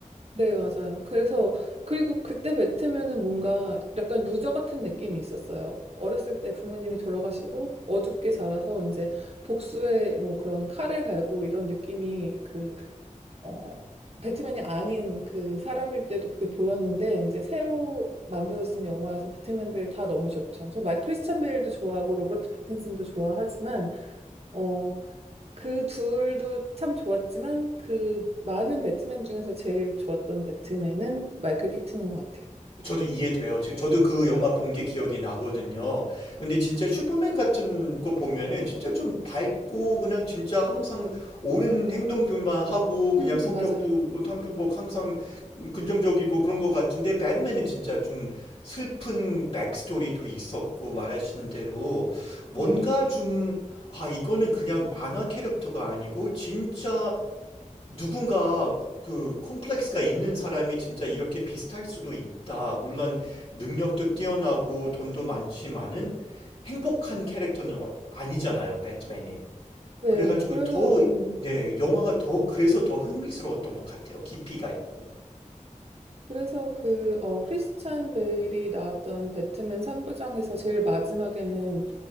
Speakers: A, on the right; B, on the left.
A: 네, 맞아요. 그래서, 그리고 그때 뱉으면은 뭔가 약간 루저 같은 느낌이 있었어요. 어렸을 때 부모님이 돌아가시고 어둡게 자라서 이제 복수의 뭐 그런 칼을 갈고 이런 느낌이 그, 어, 배트맨이 아닌 그 사람일 때도 그게 보였는데 이제 새로 만들어진 영화에서 배트맨들 다 너무 좋죠. 그래서 말 크리스찬 베일도 좋아하고 로버트 패틴슨도 좋아하지만 어, 그 둘도 참 좋았지만 그 많은 배트맨 중에서 제일 좋았던 배트맨은 마이클 키튼인 것 같아요.
B: 저도 이해돼요. 지- 저도 그 영화 본 게 기억이 나거든요. 근데 진짜 슈퍼맨 같은 거 보면은 진짜 좀 밝고 그냥 진짜 항상 옳은 행동들만 하고 그냥
A: 음,
B: 성격도
A: 맞아요.
B: 뭐 항상 뭐 항상 긍정적이고 그런 것 같은데 배트맨은 진짜 좀 슬픈 백스토리도 있었고 말하신 대로 뭔가
A: 네.
B: 좀 아, 이거는 그냥 만화 캐릭터가 아니고 진짜 누군가 그 콤플렉스가 있는 사람이 진짜 이렇게 비슷할 수도 있다. 물론 능력도 뛰어나고 돈도 많지만은 행복한 캐릭터는 와- 아니잖아요, 배트맨이.
A: 네.
B: 그래가지고
A: 그래서,
B: 더,
A: 음.
B: 네, 영화가 더, 그래서 더 흥미스러웠던 것 같아요. 깊이가 있고.
A: 그래서 그, 어, 크리스찬 베일이 나왔던 배트맨 3부작에서 제일 마지막에는,